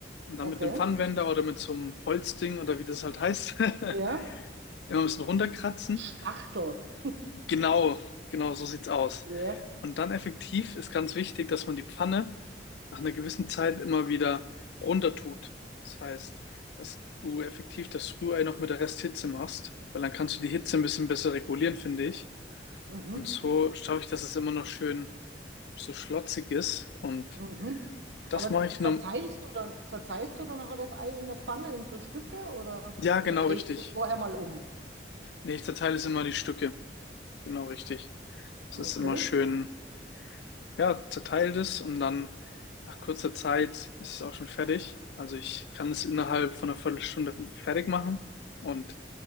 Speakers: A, on the left; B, on the right.
A: Und dann
B: Okay.
A: mit einem Pfannenwender oder mit so einem Holzding oder wie das halt heißt, <laughs> immer
B: Ja.
A: ein bisschen runterkratzen.
B: Spachtel. <laughs>
A: Genau, genau, so sieht's aus.
B: Ja.
A: Und dann effektiv ist ganz wichtig, dass man die Pfanne nach einer gewissen Zeit immer wieder runter tut. Das heißt, dass du effektiv das Rührei noch mit der Resthitze machst, weil dann kannst du die Hitze ein bisschen besser regulieren, finde ich.
B: Mhm.
A: Und so schaffe ich, dass es immer noch schön so schlotzig ist. Und
B: Mhm.
A: das
B: Aber
A: mache
B: d-
A: ich
B: zerteilst
A: nur,
B: du dann, zerteilst du dann nachher das Ei in der Pfanne in so Stücke oder,
A: ja,
B: oder
A: genau
B: drehst
A: richtig.
B: du das vorher mal um?
A: Nee, ich zerteile es immer in die Stücke. Genau richtig. Das
B: Okay.
A: ist immer schön. Ja, zerteilt es und dann nach kurzer Zeit ist es auch schon fertig. Also ich kann es innerhalb von einer Viertelstunde fertig machen und